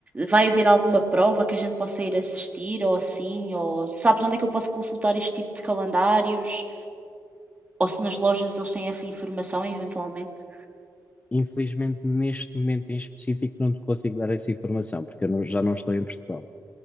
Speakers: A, on the right; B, on the left.
A: Vai haver alguma prova que a gente possa ir assistir ou assim, ou sabes onde é que eu posso consultar este tipo de calendários? Ou se nas lojas eles têm essa informação eventualmente?
B: Infelizmente, neste momento em específico, não te consigo dar essa informação, porque eu não- já não estou em Portugal.